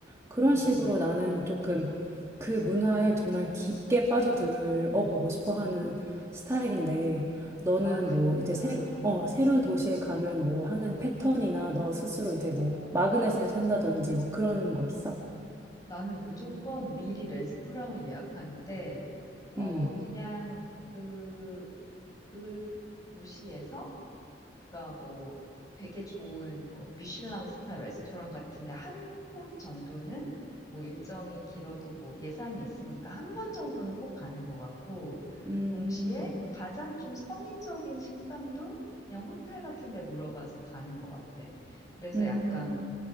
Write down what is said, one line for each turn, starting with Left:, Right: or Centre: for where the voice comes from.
Right: 그런
Left: 음,
Right: 식으로
Left: 음.
Right: 나는 조금 그 문화에 정말 깊게 빠져들어 보고 싶어 하는 스타일인데 너는
Left: 아, 그렇구나.
Right: 뭐 이제 새로 어 새로운 도시에 가면 뭐 하는 패턴이나 너 스스로 이제 뭐 마그넷을 산다든지 뭐 그런 거 있어?
Left: 나는 무조건 미리 레스토랑을 예약하는데, 어,
Right: 음.
Left: 그냥 그, 그 도시에서 그러니까 뭐 되게 좋은 뭐 미슐랭 스타 레스토랑 같은데 한 곳 정도는 뭐 일정이 길어도 뭐 예산이 있으니까 한 번 정도는 꼭 가는 것 같고
Right: 음.
Left: 동시에 가장 좀 서민적인 식당도 그냥 호텔 같은 데 물어봐서 가는 것 같아. 그래서
Right: 음.
Left: 약간